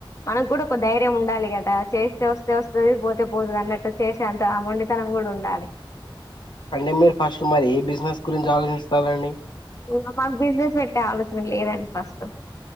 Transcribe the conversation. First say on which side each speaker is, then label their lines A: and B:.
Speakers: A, on the left; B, on the left.
A: మనగ్గూడా ఒక ధైర్యం ఉండాలి గదా చేస్తె వస్తే వస్తది పోతే పోతదన్నట్టు చేసే అంత ఆ మొండితనం కూడుండాలి
B: అంటే మీరు ఫస్ట్ మరి ఏ బిజినెస్ గురించి ఆలోచిస్తాల్లండి
A: అ మాకు బిజినెస్ పెట్టే ఆలోచన లేదండి ఫస్టు